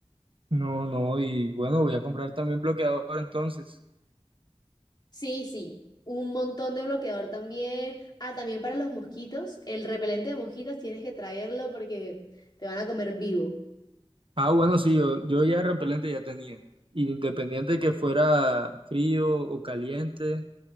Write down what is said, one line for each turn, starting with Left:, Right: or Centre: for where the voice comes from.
Right: No, no, y bueno, voy a comprar también bloqueador entonces.
Left: Sí, sí, un montón de bloqueador también. Ah, también para los mosquitos, el repelente de mosquitos tienes que traerlo porque te van a comer vivo.
Right: Ah, bueno, sí, yo, yo ya repelente ya tenía. Independiente que fuera frío o caliente,